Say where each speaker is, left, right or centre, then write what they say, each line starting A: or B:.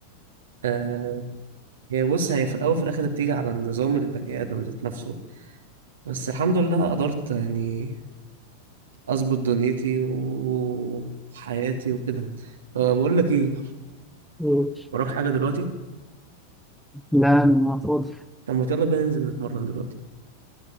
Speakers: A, on the right; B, in the centre.
A: آه هي بص هي في الأول في الآخر بتيجي على النظام البني آدم ذات نفسه بس الحمد لله قدرت يعني أظبط دنيتي وحياتي وكده آه بقول لك إيه
B: ده
A: وراك حاجة دلوقتي؟
B: لا أنا فاضي
A: طب ما يلا بينا ننزل نتمرن دلوقتي